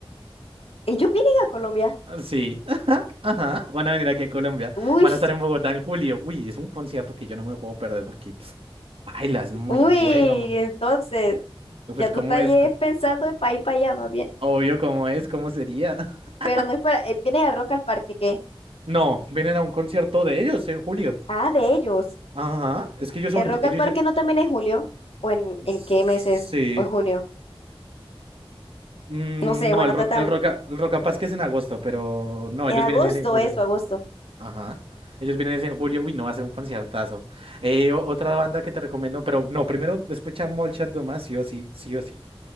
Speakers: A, on the left; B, on the right.
A: Ellos vienen a Colombia.
B: Ah, sí, <laughs> ajá, van a venir aquí a Colombia,
A: Uy,
B: van a estar en Bogotá en julio, uy, es un concierto que yo no me puedo perder porque... <sniffs> Baila, es muy
A: uy,
B: bueno.
A: entonces,
B: Pues,
A: ya tú
B: ¿cómo
A: estás
B: es?
A: eh, pensando de país para allá más bien.
B: Obvio, ¿cómo es? ¿Cómo sería? <laughs>
A: Pero no es para, eh, vienes a Rock al Parque, ¿qué?
B: No, vienen a un concierto de ellos en julio.
A: Ah, de ellos.
B: Ajá, es que ellos son,
A: ¿El Rock
B: ellos
A: al Parque
B: ya...
A: no también en julio? ¿O en, en
B: Sí.
A: qué meses? ¿O en junio?
B: Mm,
A: No sé,
B: no,
A: bueno,
B: el rock,
A: total.
B: el rock, el Rock am Paz que es en agosto, pero no,
A: En
B: ellos
A: agosto,
B: vienen es en julio.
A: eso, agosto.
B: Ajá. Ellos vienen es en julio. Uy, no, va a ser un conciertazo. Eh, o- otra banda que te recomiendo, pero no, primero escucha Molchat Domás, sí o sí, sí o sí.